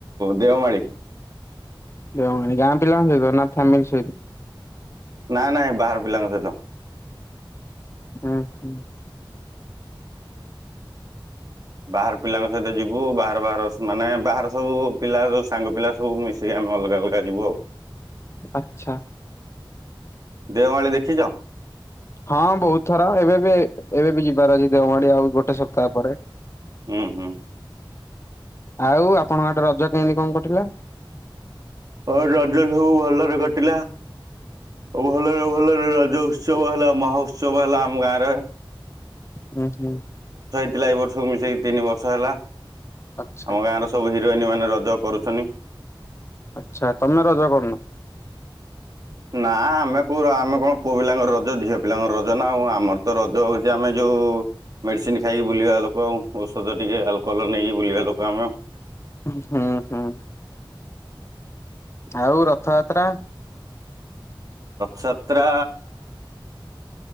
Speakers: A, on the right; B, on the left.
A: ଦେଓମାଳି।
B: ଗାଁ ପିଲାଙ୍କ ସହିତ ନା ଫ୍ୟାମିଲି ସହିତ?
A: ନାଇଁ ନାଇଁ ବାହାର ପିଲାଙ୍କ ସହିତ।
B: ହୁଁ ହୁଁ।
A: ବାହାର ପିଲାଙ୍କ ସହିତ ଯିବୁ ବାହାର ବାହାର ମାନେ ବାହାର ସବୁ ପିଲା ସୁ ସାଙ୍ଗ ପିଲା ସବୁ ମିଶି ଆଣି ଆମେ ଅଲଗା ଅଲଗା ଯିବୁ ଆଉ।
B: ଆଚ୍ଛା।
A: ଦେଓମାଳି ଦେଖିଛ?
B: ହଁ ବହୁତ ଥର ଏବେ ବି ଏବେ ବି ଯିବାର ଅଛି ଦେଓମାଳି ଆଉ ଗୋଟେ ସପ୍ତାହ ପରେ
A: ହୁଁ ହୁଁ।
B: ଆଉ ଆପଣଙ୍କ ଆଡେ ରଜ କେମିତି କଣ କଟିଲା?
A: ହଁ ରଜ ସବୁ ଭଲରେ କଟିଲା। ଭଲରେ ଭଲରେ ରଜ ଉତ୍ସବ ହେଲା ମହୋତ୍ସବ ହେଲା ଆମ ଗାଁରେ।
B: ହୁଁ ହୁଁ।
A: ଥିଲା ଏଇ ବର୍ଷକୁ ମିଶେଇକି ତିନି ବର୍ଷ ହେଲା
B: ଆଚ୍ଛା
A: ଆମ ଗାଁର ସବୁ ହିରୋଇନି ମାନେ ରଜ କରୁଛନ୍ତି।
B: ଆଚ୍ଛା ତମେ ରଜ କରୁନ?
A: ନା ଆମେ କୋଉ ଆମେ କଣ ପୁଅ ପିଲାଙ୍କ ରଜ ଝିଅ ପିଲାଙ୍କ ରଜ ନା ଆଉ ଆମର ତ ରଜ ହଉଛି ଆମେ ଯଉ ଯଉ ମେଡିସିନ ଖାଇକି ବୁଲିବା ଲୋକ ଆଉ ଔଷଧ ଟିକେ ଆଲକୋହଲ ନେଇକି ବୁଲିବା ଲୋକ ଆମେ ଆଉ।
B: ହୁଁ ହୁଁ। ଆଉ ରଥଯାତ୍ରା
A: ଯାତ୍ରା।